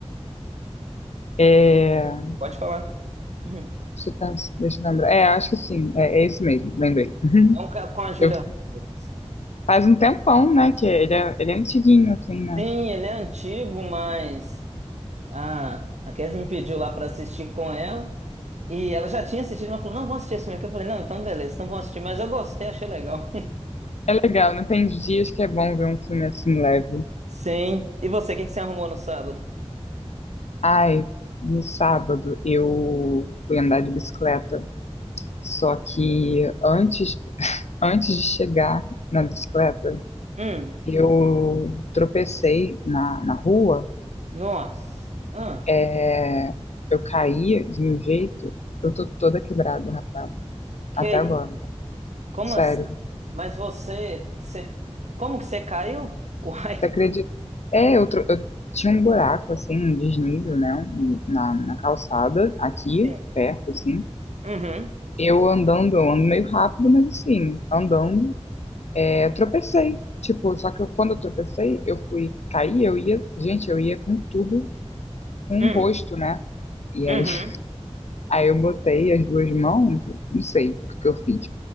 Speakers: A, on the left; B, on the right.
A: é, deixa
B: Pode falar. Uhum.
A: eu pens- deixa eu lembrar. É, acho que sim, é, é esse mesmo, lembrei. <laughs>
B: É um ca- com a Julia
A: Eu,
B: Roberts.
A: faz um tempão, né, que ele é, ele é antiguinho, assim, né?
B: Sim, ele é antigo, mas ah, a Kes me pediu lá pra assistir com ela. E ela já tinha assistido, mas falou: não, vou assistir esse filme aqui. Eu falei: não, então beleza, então vamos assistir. Mas eu gostei, achei legal.
A: É legal, não tem dias que é bom ver um filme assim leve.
B: <laughs> Sim. E você, o que que você arrumou no sábado?
A: Ai, no sábado eu fui andar de bicicleta, só que antes, antes de chegar na bicicleta,
B: Hum,
A: Eu tropecei na, na rua,
B: nossa. Ah,
A: é, eu caí de um jeito, eu tô toda quebrada, rapaz,
B: que
A: até agora,
B: isso? Como
A: sério.
B: assim? Mas você, você. Como que você caiu? <laughs> Uai.
A: Você acredita? É, eu, tro- eu tinha um buraco, assim, um desnível, né, um, na, na calçada, aqui,
B: Sim.
A: perto, assim.
B: Uhum,
A: Eu andando, eu ando meio rápido, mas assim, andando, é, tropecei. Tipo, só que eu, quando eu tropecei, eu fui cair, eu ia, gente, eu ia com tudo, com
B: hum,
A: o rosto, né? E
B: uhum,
A: aí Aí eu botei as duas mãos, não sei o que que eu fiz,